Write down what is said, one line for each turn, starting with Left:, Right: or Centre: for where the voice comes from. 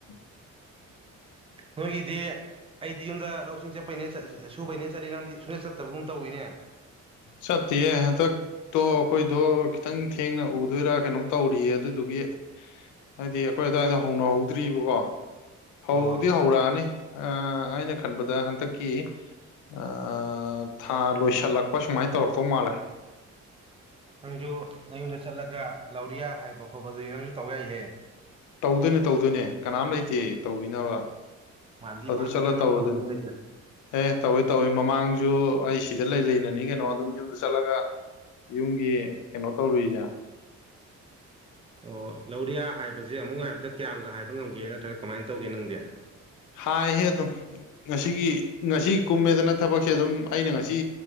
Left: <inaudible>
Right: ꯅꯣꯏꯒꯤꯗꯤ ꯑꯩꯗꯤ ꯌꯨꯝꯗ ꯂꯧꯁꯤꯡ ꯆꯠꯄꯩꯅꯦꯅ ꯁꯨꯕꯩꯅꯦꯅ ꯆꯠꯂꯤ ꯅꯪꯗꯤ ꯁꯨꯗꯠ ꯆꯠꯇꯕꯒꯨꯝ ꯇꯧꯋꯤꯅꯦ
Left: ꯆꯠꯇꯦꯌꯦ ꯍꯥꯟꯗꯥꯛ ꯇꯣ ꯑꯩꯈꯣꯏꯗꯣ ꯈꯤꯇꯪ ꯊꯦꯡꯅ ꯎꯗꯣꯏꯔꯥ ꯀꯩꯅꯣꯝ ꯇꯧꯔꯤꯌꯦ ꯑꯗꯨꯗꯨꯒꯤ ꯍꯥꯏꯗꯤ ꯑꯩꯈꯣꯏ ꯑꯗꯨ ꯋꯥꯏꯗꯣ ꯍꯧꯅꯍꯧꯗ꯭ꯔꯤꯕꯀꯣ ꯍꯧꯗꯤ
Right: ꯑꯣ
Left: ꯍꯧꯔꯛꯑꯅꯤ ꯑ ꯑꯩꯅ ꯈꯟꯕꯗ ꯍꯟꯗꯛꯀꯤ ꯑ ꯊꯥ ꯂꯣꯏꯁꯤꯜꯂꯛ ꯁꯨꯃꯥꯏ ꯇꯧꯔꯛꯇꯧ ꯃꯥꯜꯂꯦ
Right: ꯅꯪꯖꯨ ꯅꯌꯨꯝꯗ ꯆꯠꯂꯒ ꯂꯧꯔꯤꯌꯥ ꯍꯥꯏꯕ ꯈꯣꯠꯄꯗꯨꯗꯤ ꯅꯪꯖꯨ ꯇꯧ ꯌꯥꯏꯍꯦ
Left: ꯇꯧꯗꯨꯅꯦ ꯇꯧꯗꯨꯅꯦ ꯀꯅꯥꯝ ꯂꯩꯇꯦ ꯇꯧꯕꯤꯅꯕ
Right: ꯃꯥꯥꯟꯗꯤ
Left: ꯑꯗꯨ
Right: ꯃꯥꯟꯗꯔꯦ
Left: ꯆꯠꯂ
Right: ꯅꯪ
Left: ꯇꯧꯔꯨꯗꯣꯏꯅꯤ
Right: ꯇꯧꯗꯨꯅꯦ ꯍꯥꯏꯖꯦ
Left: ꯑꯦ ꯇꯧꯋꯦ ꯇꯧꯋꯦ ꯃꯃꯥꯡꯖꯨ ꯑꯩ ꯁꯤꯗ ꯂꯩ ꯂꯩꯅꯅꯤ ꯀꯩꯅꯣ ꯑꯗꯨꯝ ꯌꯨꯝꯗ ꯆꯠꯂꯒ ꯌꯨꯝꯒꯤ ꯀꯩꯅꯣ ꯇꯧꯔꯨꯏꯔꯥ
Right: ꯑꯣ ꯂꯧꯔꯤꯌꯥ ꯍꯥꯏꯕꯖꯦ ꯑꯃꯨꯛ ꯍꯥꯏꯕꯗ ꯀꯌꯥꯝꯒ ꯍꯥꯏꯕ ꯉꯝꯒꯦ ꯅꯠꯇ꯭ꯔꯒ ꯀꯃꯥꯏ ꯇꯧꯒꯦ ꯅꯪꯗꯤ
Left: ꯍꯥꯏꯍꯦ ꯑꯗꯨꯝ ꯉꯁꯤꯒꯤ ꯉꯁꯤ ꯀꯨꯝꯃꯦꯗꯅ ꯊꯕꯛꯁꯦ ꯑꯗꯨꯝ ꯑꯩꯅ ꯉꯁꯤ